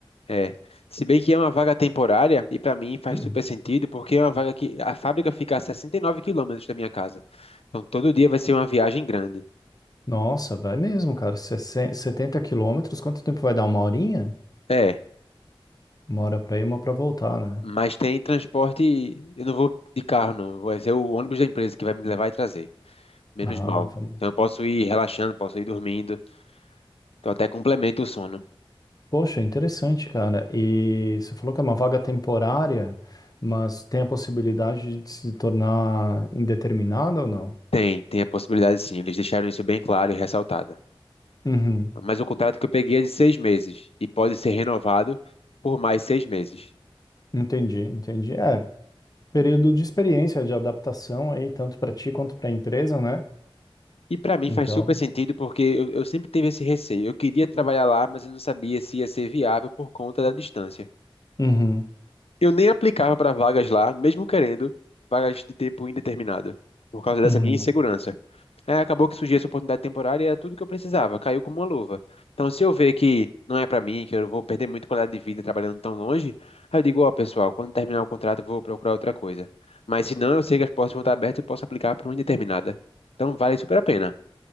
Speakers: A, on the left (about 90°); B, on the left (about 40°).
A: É, se bem que é uma vaga temporária, e para mim faz
B: Uhum.
A: super sentido, porque é uma vaga que a fábrica fica a 69 quilômetros da minha casa. Então todo dia vai ser uma viagem grande.
B: Nossa, vai mesmo, cara. 60 70 quilômetros, quanto tempo vai dar? Uma horinha?
A: É,
B: Uma hora pra ir, uma pra voltar, né?
A: mas tem transporte, eu não vou de carro não, vai ser o ônibus da empresa que vai me levar e trazer, menos
B: Ah,
A: mal.
B: fa-
A: Então eu posso ir relaxando, posso ir dormindo, então até complementa o sono.
B: Poxa, interessante, cara. E você falou que é uma vaga temporária, mas tem a possibilidade de se tornar indeterminada ou não?
A: Tem, tem a possibilidade sim, eles deixaram isso bem claro e ressaltado.
B: Uhum.
A: Mas o contrato que eu peguei é de seis meses, e pode ser renovado por mais seis meses.
B: Entendi, entendi. É, período de experiência, de adaptação aí, tanto para ti quanto para a empresa, né?
A: E para mim
B: Então,
A: faz super sentido porque eu, eu sempre tive esse receio. Eu queria trabalhar lá, mas eu não sabia se ia ser viável por conta da distância.
B: uhum,
A: Eu nem aplicava para vagas lá, mesmo querendo vagas de tempo indeterminado, por causa dessa
B: uhum.
A: minha insegurança. Aí acabou que surgiu essa oportunidade temporária e era tudo que eu precisava, caiu como uma luva. Então, se eu ver que não é para mim, que eu vou perder muita qualidade de vida trabalhando tão longe, aí eu digo, ó, pessoal, quando terminar o contrato, eu vou procurar outra coisa. Mas se não, eu sei que as portas vão estar abertas e eu posso aplicar para uma indeterminada. Então, vale super a pena.